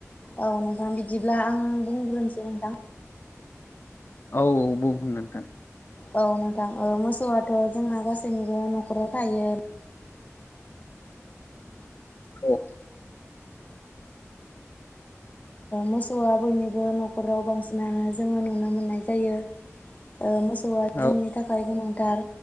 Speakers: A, on the left (about 30°); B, on the left (about 50°).
A: औ नोंथां बिदिब्ला आं बुंग्रोनोसै नोंथां।
B: औ औ बुं नोंथां।
A: औ नोंथां औ मोसौआथ' जोंना गासैनिबो न'खराव थायो।
B: औ
A: मोसौआ बयनिबो न'खराव बांसिनानो जोङो नुनो मोननाय जायो। मोसौआ जोंनि
B: औ
A: थाखाय गोनांथार